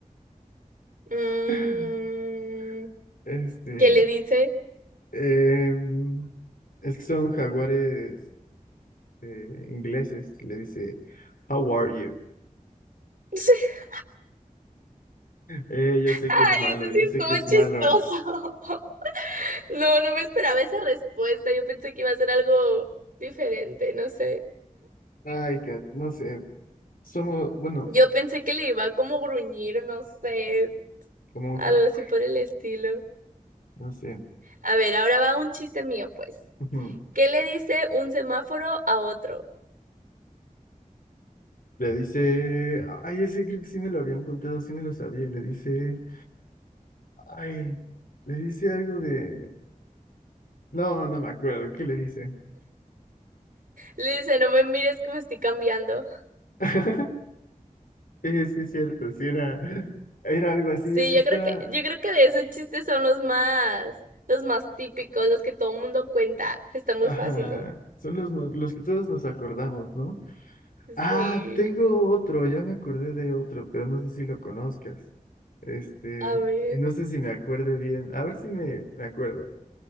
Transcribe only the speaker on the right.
mm,
¿qué le dice?
<laughs>
Ay,
eso
sí
estuvo
chistoso.
<laughs> No, no me esperaba esa respuesta. Yo pensé que iba a ser algo diferente, no sé.
Yo pensé que le iba a como gruñir, no sé,
algo
así por el estilo.
A ver, ahora va un chiste mío, pues.
¿Qué le dice un semáforo a otro?
Le dice, no me mires que me estoy cambiando.
Sí,
yo
creo que, yo creo que de esos chistes son los más, los más típicos, los que todo el mundo cuenta. Están muy
fáciles.
Sí.
A ver,